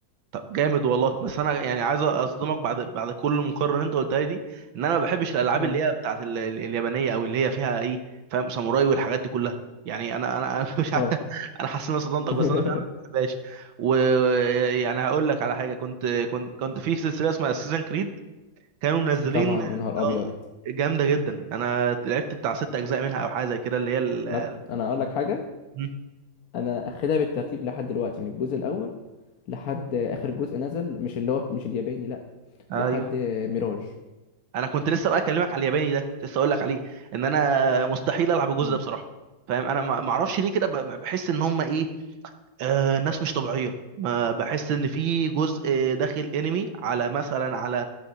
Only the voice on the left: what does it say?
اه
اه
<laughs>
طبعا يا نهار
ابيض
لا
انا اقول لك حاجه
انا اخدها بالترتيب لحد دلوقتي من الجزء الاول لحد اخر جزء نزل مش اللي هو مش الياباني لا
لحد ميراج
مم.